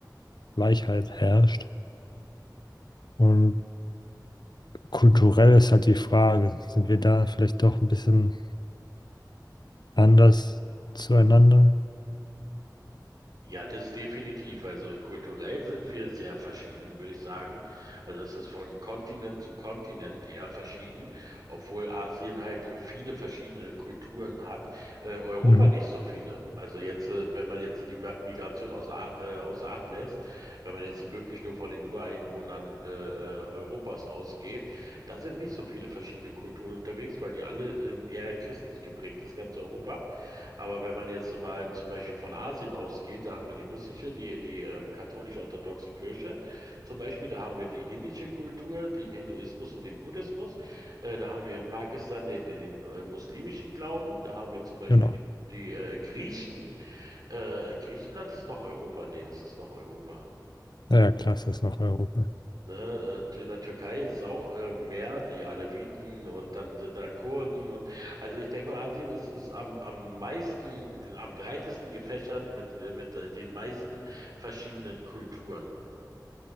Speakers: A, on the left (about 70°); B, on the right (about 60°).
A: Gleichheit herrscht. Und kulturell ist halt die Frage, sind wir da vielleicht doch ein bisschen anders zueinander?
B: Ja, das definitiv. Also kulturell sind wir sehr verschieden, würde ich sagen. Also es ist von Kontinent zu Kontinent eher verschieden, obwohl Asien halt viele verschiedene Kulturen hat. Äh, Europa
A: Mhm.
B: nicht so viele. Also jetzt, äh, wenn man jetzt die Ma- Migration außer, A- äh, außer Acht lässt, wenn man jetzt wirklich nur von den Ureinwohnern äh, äh, Europas ausgeht, da sind nicht so viele verschiedene Kulturen unterwegs, weil die alle ähm, eher christlich geprägt ist, ganz Europa. Aber wenn man jetzt so mal zum Beispiel von Asien ausgeht, da haben wir die russische, die, die ähm, katholisch-orthodoxe Kirche zum Beispiel, da haben wir die indische Kultur, den Hinduismus und den Buddhismus, äh, da haben wir in Pakistan den, den, den äh, muslimischen Glauben, da haben wir zum Beispiel
A: Genau.
B: die, die äh, Griechen. Äh, Griechenland ist noch Europa? Nee, das ist noch Europa.
A: Ja, ja, klar, es ist das noch Europa.
B: Ne, äh, in der Türkei ist es auch äh, mehr die Aleviten und dann sind da Kurden und also ich denke mal, Asien ist, ist am, am meisten, am breitesten gefächert mit, mit äh, den meisten verschiedenen Kulturen.